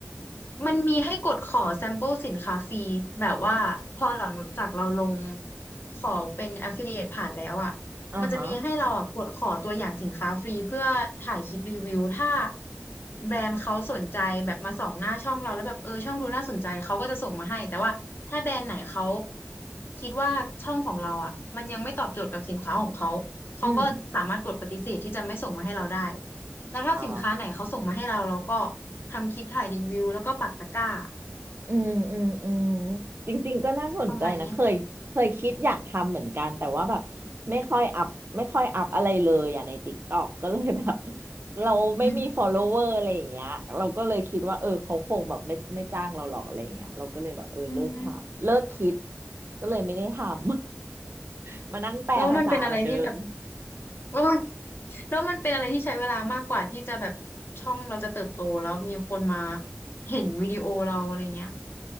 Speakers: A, on the left (about 50°); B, on the right (about 50°).
A: มันมีให้กดขอแซมเปิลสินค้าฟรีแบบว่าพอหลังจากเราลงขอเป็น affiliate ผ่านแล้วอ่ะ
B: อ่าฮะ
A: มันจะมีให้เราอ่ะกดขอตัวอย่างสินค้าฟรีเพื่อถ่ายคลิปรีวิวถ้าแบรนด์เขาสนใจแบบมาส่องหน้าช่องเราแล้วแบบเออช่องดูน่าสนใจเขาก็จะส่งมาให้แต่ว่าถ้าแบรนด์ไหนเขาคิดว่าช่องของเราอ่ะมันยังไม่ตอบโจทย์กับสินค้าของเขาเขาก็สามารถกดปฏิเสธที่จะไม่ส่งมาให้เราได้
B: อืม
A: แล้วถ้าสินค้าไหนเขาส่งมาให้เราเราก็
B: อ๋อ
A: ทำคลิปถ่ายรีวิวแล้วก็ปักตะกร้า
B: อืมอืมอืมจริงๆก็น่าสนใจนะเคยเคยคิดอยากทำเหมือนกันแต่ว่าแบบไม่ค่อยอัพไม่ค่อยอัพอะไรเลยอ่ะในติ๊กต็อกก็เลยแบบ
A: ประมาณนี้
B: <laughs> เราไม่มี
A: อืม
B: follower อะไรอย่างเงี้ยเราก็เลยคิดว่าเออเขาคงแบบไม่ไม่จ้างเราหรอกอะไรอย่างเงี้ยเราก็เลยแบบเออเลิกทำเลิกคิด
A: อืม
B: ก็เลยไม่ได้ทำ <laughs> มานั่งแปลภาษาเหมือนเดิม
A: แล้วมันเป็นอะไรที่แบบ <laughs> โอ้ยแล้วมันเป็นอะไรที่ใช้เวลามากกว่าที่จะแบบช่องเราจะเติบโตแล้วมีคนมาเห็นวิดีโอเราอะไรเงี้ย